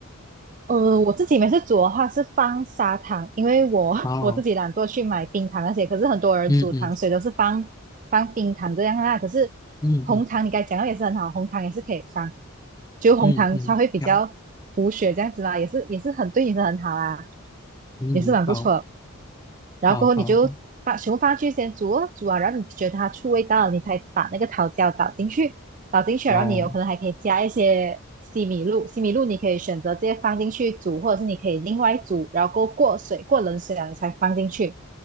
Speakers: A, on the right; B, on the left.
A: 呃，我自己每次煮的话是放砂糖，因为我
B: 哦。
A: <laughs> 我自己懒惰去买冰糖那些，可是很多人煮糖水都是放放冰糖这样啊。
B: 嗯嗯
A: 可是红糖你刚才讲到也是很好，
B: 嗯嗯
A: 红糖也是可以放，就红糖它会比较补血这样子啦，
B: 嗯嗯，好，
A: 也是也是很对你是很好啊，
B: 嗯，
A: 也是蛮不错的
B: 好，
A: 然后过后你就把全部放去先煮哦，
B: 好，好，好，
A: 煮啊，然后你觉得它出味道了，你才把那个桃胶倒进去，倒进去了，
B: 好，
A: 然后你有可能还可以加一些西米露，西米露你可以选择直接放进去煮，或者是你可以另外煮，然后过后过水，过冷水了你才放进去